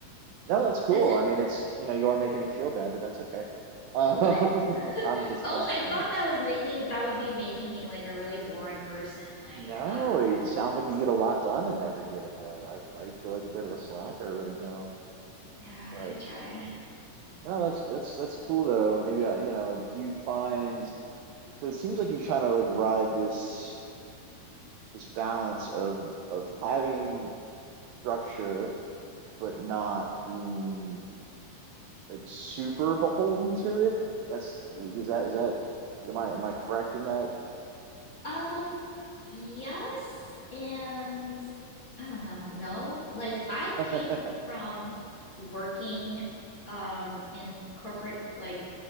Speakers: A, on the right; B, on the left.
A: No, that's cool.
B: Does it
A: I mean, it's, you know, you are making me feel bad, but that's okay. Um,
B: what? <laughs>
A: <laughs> I'm just,
B: Oh,
A: I'm,
B: I
A: I'm,
B: thought that was making that would be making me like a really boring person. Like,
A: no,
B: oh,
A: it
B: you do
A: sounds
B: this?
A: like you get a lot done in every given day. I, I feel like a bit of a slacker right now,
B: Yeah,
A: but
B: I try.
A: no, that's, that's, that's cool though. Maybe, I, you know, do you find, because it seems like you're trying to like ride this, this balance of, of having structure, but not being like super beholden to it. That's, is that, is that, am I, am I correct in that?
B: Um, yes, and I don't know. No, like I
A: <laughs>
B: came from
A: Okay,
B: working um in corporate like